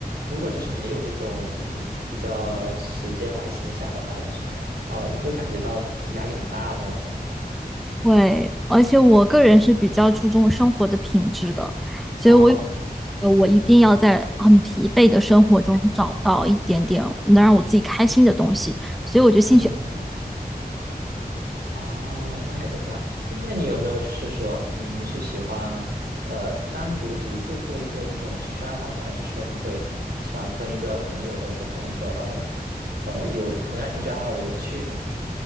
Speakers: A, on the right; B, in the centre.
A: 如果就是没有这种嗯比较时间来闲暇的话，就是啊、呃你会感觉到就是压力很大吗？这样子？
B: 会，而且我个人是比较注重生活的品质的，所以我有觉得我一定要在很疲惫的生活中找到一点点能让我自己开心的东西。
A: 哦，
B: 所以我觉得兴趣，
A: 嗯，哦，那还真挺好。诶，那你有没有就是说，嗯，你是喜欢呃单独独自做一些这种兴趣爱好呢，还是说你会喜欢跟一个朋友，或者说跟一个呃呃有同样兴趣爱好的人去呢？